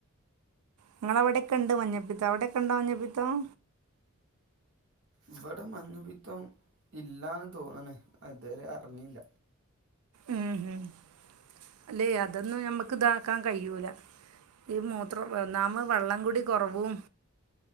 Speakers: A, on the right (about 85°); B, on the right (about 55°).
A: നിങ്ങളവിടെക്ക്ണ്ട് മഞ്ഞപ്പിത്തം അവിടക്കെണ്ടോ മഞ്ഞപ്പിത്തോം
B: ഇവിടെ മഞ്ഞപ്പിത്തം ഇല്ലാന്ന് തോന്നണ് അതുവരെ അറിഞ്ഞില്ല
A: ഉം ഉം അല്ലെ അതൊന്നും ഞമ്മക്ക് ഇതാക്കാൻ കഴിയൂല ഈ മൂത്രം ഒന്നാമ വെള്ളംകൂടി കുറവും